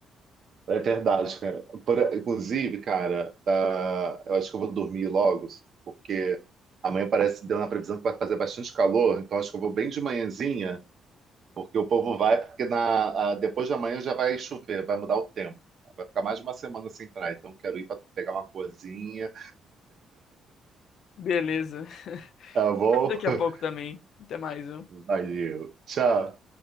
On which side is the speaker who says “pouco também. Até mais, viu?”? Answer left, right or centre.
Left